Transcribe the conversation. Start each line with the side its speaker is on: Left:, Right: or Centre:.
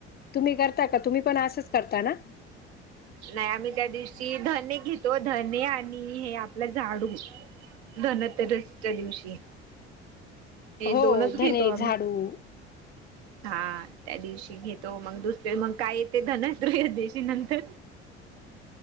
Left: तुम्ही करता का तुम्ही पण असंच करता ना?
Right: नाही आम्ही त्या दिवशी धणे घेतो धणे आणि हे आपलं झाडू. धनतेरसच्या दिवशी. हे
Left: हो
Right: दोनच घेतो
Left: धने
Right: आम्ही.
Left: झाडू
Right: हा त्या दिवशी घेतो मग दुसरे मग काय येते धनत्रयोदशी दिवशी नंतर?